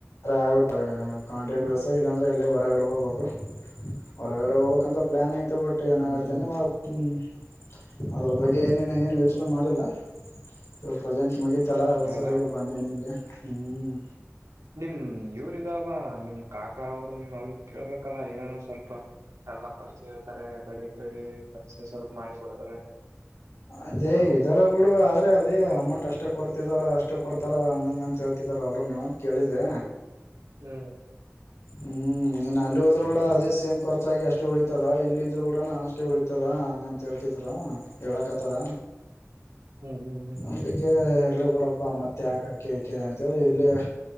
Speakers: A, on the left (about 70°); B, on the right (about 85°).
A: ಅ ಆಗುತ್ತ ಕಾಂಟ್ರಾಟ್ ಬೇಸ್ ಇಲ್ಲಾಂದ್ರೆ ಅಲ್ಲೇ ಹೊರಗಡೆ ಹೋಗ್ಬೇಕು ಹೊರಗಡೆ ಹೋಗ್ಬೇಕಂತ ಪ್ಲಾನ್ ಐತ್ ಬಟ್ ಏನಾಗುತ್ತೆ
B: ಹ್ಮ್ ಹ್ಮ್
A: ಹ್ ಅದ್ರ ಬಗ್ಗೆ ಏನ ಏನ್ ಯೋಚನೆ ಮಾಡ್ ಡೆಲ್ಲಾ ಇ ಪ್ರೆಸೆಂಟ್ ಮುಗಿತಲ್ಲಾ ಅದು
B: ಹೌದಾ
A: ಸಲಗೆ ಬಂದೇನಿ ಇಲ್ಲಿ ಹ್ಮ್
B: ನಿಮ್ ಇವ್ರ ಇದಲ್ವಾ ನಿಮ್ ಕಾಕಾ ಅವರು ನಿಮ್ ಅವ್ರ ಕೇಳ್ಬೇಕಲ್ಲ ಏನನ ಸ್ ಸ್ವಲ್ಪ ಎಲ್ಲ ಪರಿಚಯ ಇರ್ತಾರೆ ಕಡಿ ಕಡಿ ಪರಿಚೆ ಸ್ವಲ್ಪ ಮಾಡಿ ಕೊಡ್ತಾರೆ
A: ಅದೇ
B: ಏನ
A: ಇದರೆ ಬಿಡು ಆದ್ರೆ ಅದೇ ಅಮೌಂಟ್ ಅಷ್ಟೇ ಕೊಡ್ತಿದಾರ ಅಷ್ ಕೊಡ್ತಾರ ಹಂಗಂಗ ಅಂತ ಹೇಳ್ತಿದಾರ ಅವ್ರನು ಕೇಳಿದೆ.
B: ಹ್ಮ್
A: ಹ್ಮ್ ನೀನ್ ಅಲ್ಲಿ ಹೋದ್ರು ಕೂಡ ಅದೇ ಸೇಮ್ ಖರ್ಚಗಿ ಅಷ್ಟೇ ಉಳಿತದ ಇಲ್ಲ ಇದ್ರು ಕೂಡ ನಾ ಅಷ್ಟೇ ಉಳಿತದ ಹಂಗಂತ ಹೇಳ್ತಿದರು ಹೇಳಕತಾರ
B: ಹ್ಮ್ ಹ್ಮ್ ಹ್ಮ್
A: ಅದಕ್ಕೆ ಇರ್ಲಿ ಬಿೂಡಪ್ಪ ಮತ್ತೆ ಯಾಕಾ ಕೆರೆಕಿರೆ ಅಂತೇಳಿ ಇಲ್ಲೇ